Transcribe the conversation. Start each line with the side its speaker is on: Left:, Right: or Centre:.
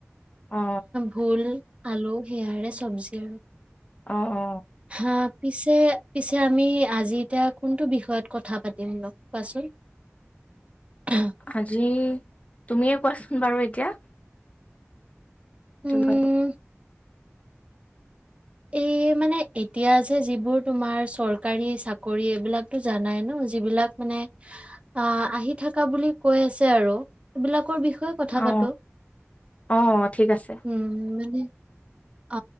Left: অ
Right: ভোল আলু সেয়াৰে চব্জি আৰু
Left: অ অ
Right: <inaudible> হা পিছে পিছে আমি আজি এতিয়া কোনটো বিষয়ত কথা পাতিম অলপ কোৱাচোন অ
Left: আজি তুমিয়ে কোৱাচোন বাৰু এতিয়া <unintelligible>
Right: উম এই মানে এতিয়া যে যিবোৰ তোমাৰ চৰকাৰী চাকৰি এইবিলাকতো জানাই ন যিবিলাক মানে আ আহি থকা বুলি কৈ আছে আৰু এইবিলাকৰ বিষয়ে কথা
Left: অ
Right: পাতো
Left: অ ঠিক আছে
Right: উম মানে অ